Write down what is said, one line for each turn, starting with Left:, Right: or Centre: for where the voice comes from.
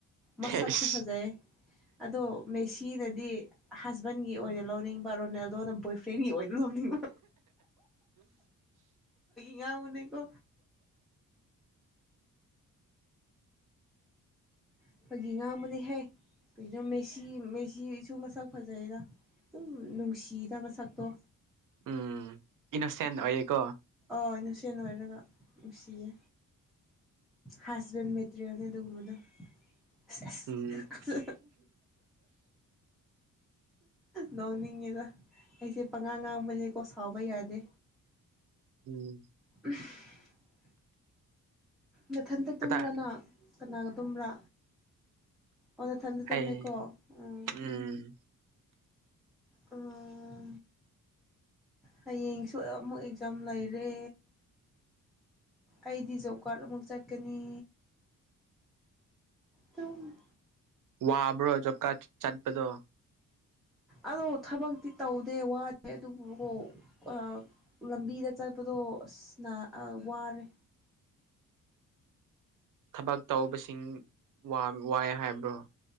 Centre: ꯃꯁꯛꯁꯨ
Right: ꯍꯦꯁ
Centre: ꯐꯖꯩ ꯑꯗꯣ ꯃꯦꯁꯤꯅ ꯗꯤ ꯍꯁꯕꯦꯟꯒꯤ ꯑꯣꯏꯅ ꯂꯧꯅꯤꯡꯕ ꯔꯣꯅꯦꯜꯗꯣꯅ ꯕꯣꯏ ꯐ꯭ꯔꯦꯟꯒꯤ ꯑꯣꯏꯅ ꯂꯧꯅꯤꯡꯕ ꯉꯥꯎꯃꯅꯦꯀꯣ ꯑꯩꯈꯣꯏꯒꯤ ꯉꯥꯡꯕꯅ ꯍꯩ ꯀꯩꯒꯤꯅꯣ ꯃꯦꯁꯤ ꯃꯦꯁꯤꯁꯨ ꯃꯁꯛ ꯐꯖꯩꯗ ꯗꯨꯝ ꯅꯨꯡꯁꯤꯗ ꯃꯁꯛꯇꯣ
Right: ꯎꯝ ꯏꯅꯣꯁꯦꯟ ꯑꯣꯏꯌꯦꯀꯣ
Centre: ꯍꯣꯏ ꯏꯅꯣꯁꯦꯟ ꯑꯣꯏꯔꯒ ꯅꯨꯡꯁꯤꯌꯦ ꯍꯁꯕꯦꯟ ꯃꯦꯇꯔꯤꯌꯦꯜꯅꯤ ꯑꯗꯨꯒꯨꯝꯕꯗꯣ ꯑꯁ
Right: ꯎꯝ
Centre: ꯑꯁ ꯅꯣꯛꯅꯤꯡꯉꯦꯗ ꯑꯩꯁꯦ ꯄꯉꯥꯡ ꯉꯥꯡꯕꯅꯦꯀꯣ ꯁꯥꯎꯕ ꯌꯥꯗꯦ
Right: ꯎꯝ
Centre: <inaudible> ꯅꯊꯟꯇ ꯇꯨꯝꯕꯔꯅꯪ
Right: ꯀꯗꯥꯏ
Centre: ꯀꯅꯥꯒ ꯇꯨꯝꯕ꯭ꯔꯥ ꯑꯣꯅꯊꯟꯗ
Right: ꯑꯩ
Centre: ꯇꯨꯝꯃꯦꯀꯣ ꯎꯝ
Right: ꯎꯝ
Centre: ꯑꯣ ꯍꯌꯦꯡꯁꯨ ꯑꯃꯨꯛ ꯑꯦꯛꯖꯥꯝ ꯂꯩꯔꯦ ꯑꯩꯗꯤ ꯖꯣꯕ ꯀꯥꯔꯠ ꯑꯃꯨꯛ ꯆꯠꯀꯅꯤ ꯇꯨꯝ
Right: ꯋꯥꯕ꯭ꯔꯣ ꯖꯣꯞꯀꯥꯠ ꯆꯠ ꯑꯗꯣ
Centre: ꯑꯗꯣ ꯊꯕꯛꯇꯤ ꯇꯧꯗꯦ ꯋꯥꯗꯦ ꯑꯗꯨꯕꯨꯀꯣ ꯑ ꯂꯝꯕꯤꯗ ꯆꯠꯄꯗꯣ ꯑꯁꯅ ꯑ ꯋꯥꯔꯦ
Right: ꯊꯕꯛ ꯇꯧꯕꯁ ꯏꯪ ꯋꯥ ꯋꯥꯏ ꯍꯥꯏꯕ ꯀ